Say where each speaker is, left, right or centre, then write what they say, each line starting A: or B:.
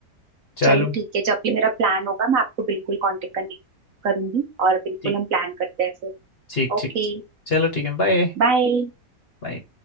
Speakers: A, on the left; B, on the right.
A: चलो
B: चलो ठीक है जब भी मेरा प्लान होगा मैं आपको बिल्कुल कांटेक्ट करने करूंगी और बिल्कुल
A: ठीक
B: हम प्लान करते हैं फिर
A: ठीक
B: ओके
A: ठीक चलो ठीक है बाय
B: बाय
A: बाय